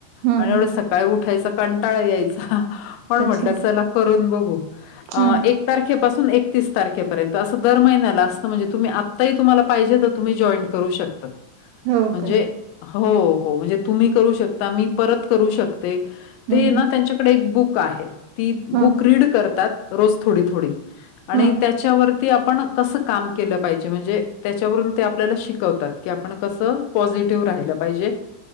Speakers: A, on the right; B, on the left.
A: हम्म
B: आणि एवढ
A: हम्म
B: सका सकाळी उठायचा कंटाळा यायचा पण
A: अच्छा
B: म्हटलं चला करून बघू
A: हा
B: एक एक तारखेपासून एकतीस तारखेपर्यंत असं दर महिन्याला असत म्हणजे तुम्ही आता तुम्हा पाहिजे तुम्ही जॉईट करू शकता
A: हो
B: म्हणजे
A: का
B: हो हो म्हणजे तुम्ही करू शकता मी परत करू शकते
A: हम्म
B: ते ना
A: हम्म
B: त्यांच्याकडे एक बुक आहे ती
A: हा
B: बुक रीड करतात रोज थोडी, थोडी आणि
A: हा
B: त्याच्यावरती आपण कसं काम केलं पाहिजे म्हणजे त्याच्यावरून ते आपल्याला शिकवतात. की आपण कस पॉझिटिव्ह राहिलं पाहिजे